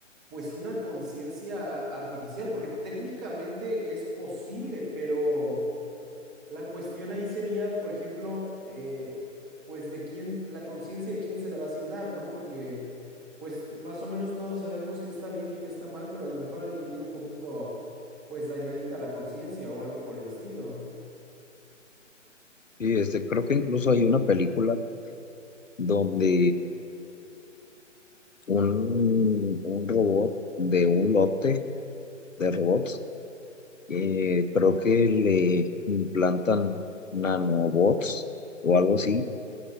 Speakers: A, in the centre; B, on the left (about 85°).
A: pues una conciencia artificial, porque técnicamente es posible, pero... La cuestión ahí sería, por ejemplo, eh, pues de quién, la conciencia de quién se le va a asignar, ¿no? Porque, pues más o menos todos sabemos qué está bien y qué está mal, pero a lo mejor alguien tiene un poquito, pues dañadita la conciencia o algo por el estilo.
B: Y este, creo que incluso hay una película donde un, un robot de un lote de robots, eh, creo que le implantan nanobots o algo así